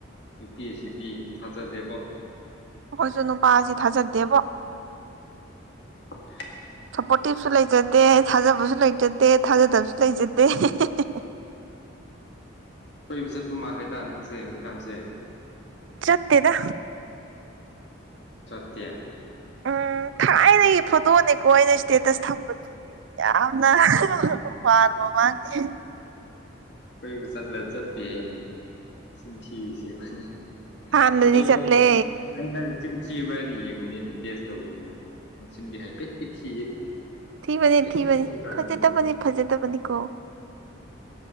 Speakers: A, on the left; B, on the right.
A: ꯅꯨꯄꯤ ꯑꯁꯤꯗꯤ ꯊꯥꯖꯗꯦꯕꯣ
B: ꯑꯩꯈꯣꯏꯁꯨ ꯅꯨꯄꯥꯁꯤ ꯊꯥꯖꯗꯦꯕꯣ
A: <inaudible>
B: ꯁꯞꯄꯣꯔꯇꯤꯞꯁꯨ ꯂꯩꯖꯗꯦ ꯊꯥꯖꯕꯁꯨ ꯂꯩꯖꯗꯦ ꯊꯥꯖꯗꯕꯁꯨ ꯂꯩꯖꯗꯦ <inaudible>
A: ꯀꯣꯏꯕ ꯆꯠꯄ ꯃꯥꯜꯂꯦꯗ ꯅꯪꯁꯦ ꯍꯧꯖꯤꯛꯀꯥꯟꯁꯦ
B: ꯆꯠꯇꯦꯗ
A: ꯆꯠꯇ‌ꯦ
B: ꯎꯝ ꯊꯥꯏꯅ ꯐꯣꯇꯣꯅꯤꯀꯣ ꯑꯩꯅ ꯏꯁꯇꯦꯠ ꯇꯁ ꯊꯝꯕꯗꯨꯗꯤ ꯌꯥꯝꯅ ꯋꯥꯔ ꯃꯃꯥꯡꯒꯤ
A: ꯀ‌ꯣꯏꯕ ꯆꯠꯂ ꯆꯠꯇꯦꯅꯦ ꯆꯤꯟꯊꯤꯔꯤꯁꯤ ꯌ‌ꯦꯡꯉ‌ꯣꯅ‌ꯦ
B: ꯍꯥꯟꯅꯗꯤ
A: ꯑꯩꯩꯅ
B: ꯆꯠꯂꯦ
A: ꯑꯩꯅ ꯆꯤꯟꯊꯤ ꯑꯩꯅ ꯌꯦꯡꯕꯅꯤꯅ ꯇꯦꯁ ꯇꯧꯕꯅꯤꯅ ꯑꯗꯨ ꯃꯁꯤꯆꯤꯟꯗꯤ ꯍꯥꯏꯐꯦꯠꯇꯗꯤ ꯊꯤꯌꯦ
B: ꯊꯤꯕꯅꯤ
A: ꯍꯥꯏꯐꯦꯠꯅꯦ
B: ꯊꯤꯕꯅꯤ ꯐꯖꯗꯕꯅꯤ ꯐꯖꯗꯕꯅꯤ ꯀꯣ